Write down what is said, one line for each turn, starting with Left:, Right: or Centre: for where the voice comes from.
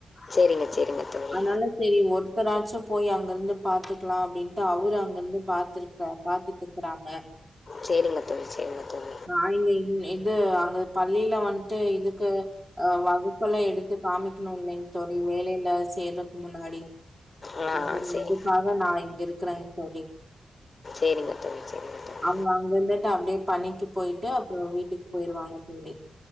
Left: சரிங்க சரிங்க தோழி
Right: அனால சேரி ஒர் ஒருத்தராட்சு போய் அங்க இருந்து பாத்துக்லா அப்டின்ட்டு அவரு அங்க இருந்து பாத்துரு பாத்துட்டு இருக்கறாங்க
Left: சேரிங்க தோழி சேரிங்க தோழி
Right: ந இங்க இது அங்க பள்ளியில வன்ட்டு இதுக்கு அ வகுப்பெல்லா எடுத்து காமிக்கணுனிங்க தோழி வேலையில சேர்றக் முன்னாடி
Left: ஆ
Right: ம்
Left: சரி
Right: அதுக்காக நா இங்க இருக்கிறங் தோழி
Left: சேரிங்க தோழி சேரிங்க தோழி
Right: அவங்க அங்க இருந்துட்டு அப்டியே பண்ணிட்டு போய்ட்டு அப்புறோ வீட்டுக்கு போய்டுவாங்க தோழி